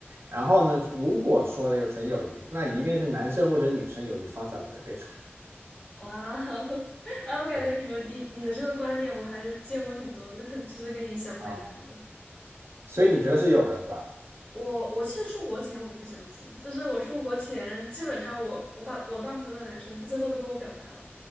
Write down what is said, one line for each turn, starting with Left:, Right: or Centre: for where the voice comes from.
Right: 然后呢，如果说的有纯友谊，那一定是男生或者女生有一方长得特别丑，
Left: 哇哦，<laughs> 啊，我感觉你的你你的这个观点我还是见过挺多的，
Right: 对
Left: <laughs> 就是跟你想法一样的。
Right: 啊，所以你觉得是有的是吧？
Left: 对，我，我其实出国前我不相信，就是我出国前基本上我我把我当朋友的男生，到最后都跟我表白了，